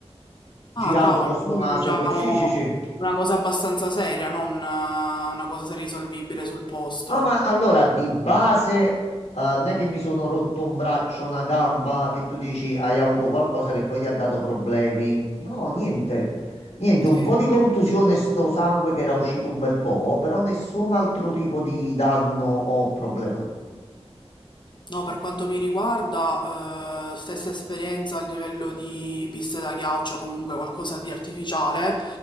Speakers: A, on the left; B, on the left.
A: girando
B: Ah, cavolo,
A: con sto
B: quindi
A: naso.
B: diciamo
A: per- Sì, sì, sì.
B: una cosa abbastanza seria, non eh, una cosa risolvibile sul posto.
A: Ah, ma allora di base, eh, non è che mi sono rotto un braccio, una gamba, che tu dici hai avuto qualcosa che poi ti ha dato problemi. No, niente. Niente,
B: Sì.
A: un po' di contusione, sto sangue che era uscito un bel po', però nessun altro tipo di danno o problema.
B: No, per quanto mi riguarda, eh, stessa esperienza a livello di piste da ghiaccio, comunque qualcosa di artificiale,